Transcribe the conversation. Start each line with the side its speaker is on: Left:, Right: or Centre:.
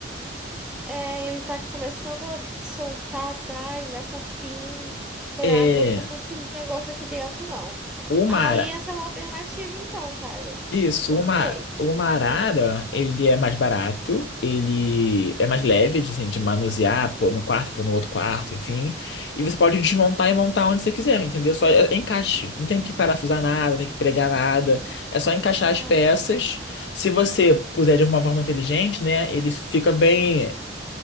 Centre: É, ele tá começando a soltar atrás, dar cupim. Falei,
Left: É,
Centre: ah, não vou ficar com esse negócio aqui dentro, não.
Left: o mar.
Centre: Aí essa é uma alternativa, então, cara.
Left: Isso,
Centre: Gostei.
Left: uma, uma arara, ele é mais barato, ele é mais leve, de, assim, de manusear, pôr no quarto, pôr no outro quarto, enfim. E você pode desmontar e montar onde você quiser, entendeu? Só é- é encaixe. Não tem que parafusar nada, não tem que pregar nada. É só encaixar
Centre: É,
Left: as peças. Se você puser de uma forma inteligente, né, ele fica bem,